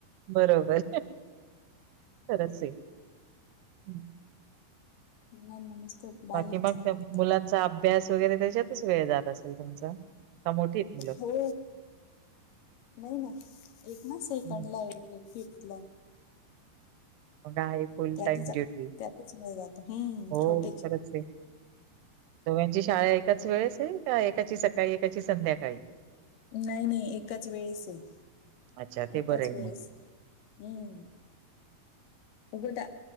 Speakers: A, on the right (about 80°); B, on the left (about 65°).
A: बरोबर खरच आहे. हं.
B: मुलाना नुसतं बाहेरच
A: बाकी मग
B: आवडतं.
A: मुलांचा अभ्यास वगैरे त्याच्यातच वेळ जात असेल तुमचा का मोठीये मुलं
B: हो नाही ना एक ना सेकंड
A: हं.
B: ला आहे एक फिफ्थ ला आहे.
A: मग आहे फुल
B: त्यातच
A: टाईम ड्युटी
B: त्यातच वेळ जातो हम्म
A: हो
B: छोटेचे
A: खरंच आहे. दोघांची शाळा एकाच वेळेस आहे का एकाची सकाळी एकाची संध्याकाळी.
B: नाही नाही एकाच वेळेस आहे
A: अच्छा, ते
B: एकाच
A: बरं आहे
B: वेळेस
A: मग.
B: हम्म उगं त्या